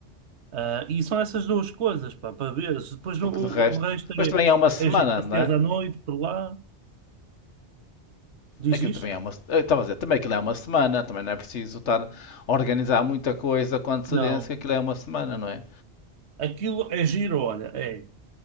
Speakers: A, on the right (about 75°); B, on the left (about 85°).
A: Ah, e são essas duas coisas, pá, para veres. Depois
B: Porque
A: o, o
B: de resto.
A: o resto
B: Mas
A: é,
B: também é uma semana,
A: é giro passear
B: não é?
A: à noite por lá. Diz
B: Aquilo
A: isto?
B: também é uma, eu estava a dizer, também aquilo é uma semana, também não é preciso estar a organizar muita coisa com antecedência,
A: Não.
B: que aquilo é uma semana, não é?
A: Aquilo é giro, olha. É.